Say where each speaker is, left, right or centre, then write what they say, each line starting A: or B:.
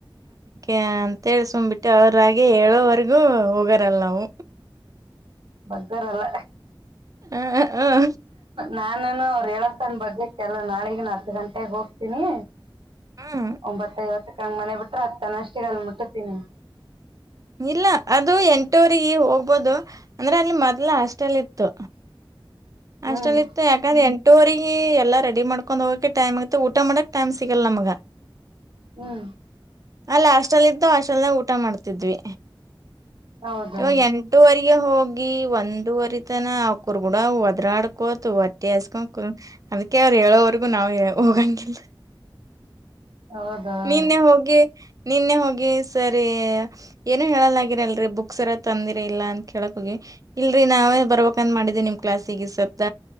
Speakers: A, on the right (about 40°); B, on the right (about 75°).
A: ಏ ಅಂತೀವಿ ಸುಮ್ ಬಿಟ್ಟಿವಿ ಅವ್ರಾಗೆ ಹೇಳೋವರೆಗೂ ಹೋಗರಲ್ ನಾವು
B: ಬಗ್ಗೋರಲ್ಲ
A: ಹ ಹ
B: ನಾನುನು ಅವರು ಹೇಳತಾನ್ ಬಗ್ಗಕಿ ಅಲ್ಲ ನಾಳಿಗಿ ಹತ್ತು ಗಂಟೆಗಿ ಹೋಗ್ತೀನಿ
A: ಹ್ಮ್.
B: ಒಂಬತ್ತೈವತ್ತಕ್ಕ ಹಂಗ ಮನೆ ಬಿಟ್ರ ತಾನ ಅಷ್ಟಿಗೆ ಅಲ್ ಮುಟ್ಟುತ್ತೀನಿ
A: ಇಲ್ಲ ಅದು ಎಂಟವರಿಗೆ ಹೋಗ ಹೋಗಬೋದು ಅಂದ್ರೆ ಅಲ್ಲಿ ಮೊದ್ಲ ಅಷ್ಟಲ್ಲಿ ಇತ್ತು
B: ಹ್ಮ್
A: ಅಷ್ಟಟಲ್ಲಿತು ಎಧಿನ <unintelligible> ಟೋರಿಗೆ ಎಲ್ಲಾ ರೆಡಿ ಮಾಡ್ಕೊಂಡ್ ಹೋಗಕಕ್ಕೆ ಟೈಮ್ ಆಗತ್ತೆ ಊಟ ಮಾಡಕ್ ಟೈಮ್ ಸಿಗಲ್ಲ ನಮ್ಗ
B: ಹ್ಮ್
A: ಅಲ್ಲ ಅಸ್ಟಲ್ ಇದ್ದು ಆಸ್ಲ್ ಊಟ ಮಾಡ್ತಿದ್ವಿ
B: ಹೌದೌದು
A: ಇವ ಎಂಟವರೆಗೆ ಹೋಗಿ ಒಂದೂವರಿ ತನ <unintelligible> ಗುಣ ದೃಾಡ <unintelligible> ಕತ್ತುು ಒೆ <unintelligible> ಅಜಕ ಅದಕ್ಕೆ ಅವ್ರು ಹೇಳೋವರೆಗೂ ನಾವವು ಹೋಗಂಗಿಲ್ಲ
B: ಹೌದೌದ್ರಿ
A: ನಿನ್ನೆ ಹೋಗಿ ನಿನ್ನೆ ಹೋಗಿ ಸರಿ ಏನು ಹೇಳಲ್ಗರ ಅಲ್ರರಿ ಬುಕ್ಸ್ ಎಾರ ತಂದಿರ ಇಲ್ಲ ಅಂತ ಕೇಳಕ್ ಹೋಗಿ ಇಲ್ರಿ ನಾವೇ ಬರ್ಬಕ್ಂದ ಮಾಡಿದ ನಿಮ್ ಕ್ಲಾಸಿಗೆ ಸವತ